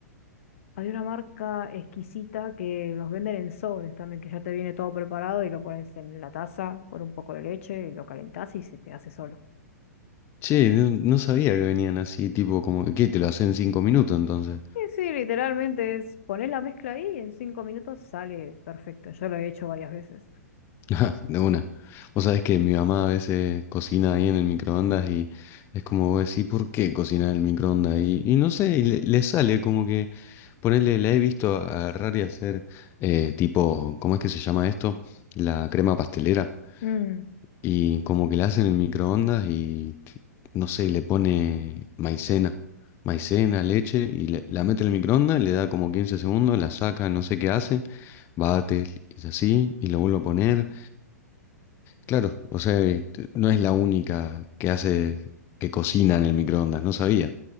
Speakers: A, on the left (about 50°); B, on the left (about 25°).
A: había una marca exquisita que los venden en sobres también, que ya te viene todo preparado y lo pones en la taza con un poco de leche, y lo calentás y se te hace solo.
B: Che, no, no sabía que venían así, tipo como... ¿Qué? ¿Te lo hacen en cinco minutos entonces?
A: Y sí, literalmente es poner la mezcla ahí y en cinco minutos sale perfecto. Yo lo he hecho varias veces.
B: <laughs> De una. O sabes que mi mamá a veces cocina ahí en el microondas y es como vos decís, ¿por qué cocina en el microondas? Y, y no sé, y le, le sale como que, ponele, la he visto agarrar y hacer eh, tipo, ¿cómo es que se llama esto? La crema pastelera.
A: Mm.
B: Y como que la hace en el microondas y, t- no sé, le pone maicena, maicena, leche y le- la mete en el microondas, le da como 15 segundos, la saca, no sé qué hace, bate y así, y lo vuelve a poner. Claro, o sea, eh, t- no es la única que hace que cocina en el microondas, no sabía.